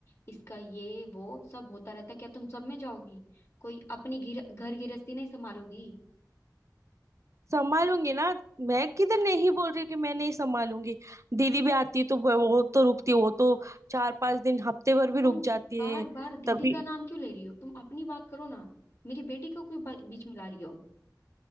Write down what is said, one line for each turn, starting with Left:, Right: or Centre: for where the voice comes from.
Left: इसका ये वो सब होता रहता क्या तुम सब में जाओगी कोई अपनी गिर, घर गृहस्थी नहीं संभालोगी
Right: संभालूंगी ना मैं किधर नहीं बोल रही कि मैं नहीं संभालूंगी दीदी भी आती है तो वो वो तो रुकती है वो तो चार पांच दिन हफ्ते भर भी
Left: तुम
Right: रुक जाती
Left: बार
Right: है
Left: बार दीदी
Right: तभी
Left: का नाम क्यों ले रही हो तुम अपनी बात करो ना मेरी बेटी को क्यों बा- बीच में ला रही हो